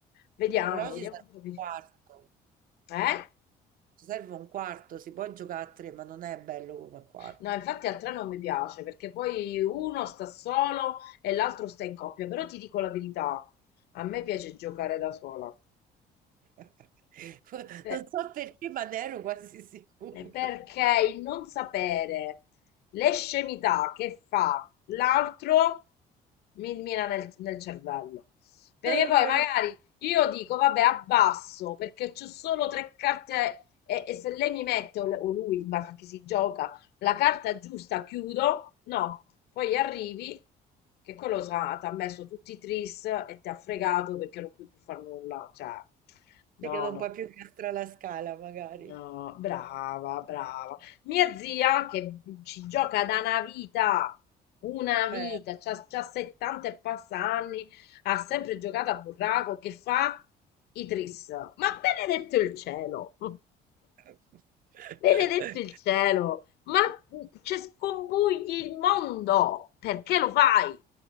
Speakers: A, on the left; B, on the right.
A: Vediamo,
B: Però
A: vediamo
B: ci serve
A: un po' di...
B: un quarto,
A: Eh?
B: ci serve un quarto, si può giocare a tre, ma non è bello come a quattro.
A: No, infatti a tre non mi piace, perché poi uno sta solo e l'altro sta in coppia, però ti dico la verità, a me piace giocare da sola.
B: <laughs>
A: Beh,
B: Non so perché, ma ne ero quasi sicura.
A: Perché il non sapere le scemità che fa l'altro mi mina nel, nel cervello. Perché
B: Ah,
A: poi
B: mi voglio...
A: magari io dico, vabbè, abbasso perché c'ho solo tre carte e, e se lei mi mette o, o lui, ma che si gioca, la carta giusta, chiudo. No, poi arrivi che quello ti ha messo tutti i tris e ti ha fregato perché non puoi più fare nulla. Cioè, no,
B: Perché non
A: no.
B: puoi più incastrare la scala, magari.
A: No, brava, brava. Mia zia che ci gioca da una vita, una vita,
B: Eh.
A: c'ha, c'ha 70 e passa anni, ha sempre giocato a burraco, che fa? I tris. Ma benedetto il cielo! <laughs>
B: <laughs>
A: Benedetto il cielo! Ma mm, ci scombugli il mondo! Perché lo fai?